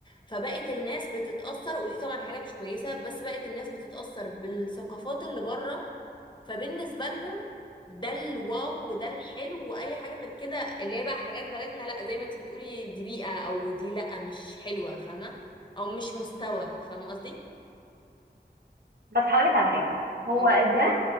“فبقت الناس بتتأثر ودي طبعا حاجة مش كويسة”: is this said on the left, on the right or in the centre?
Left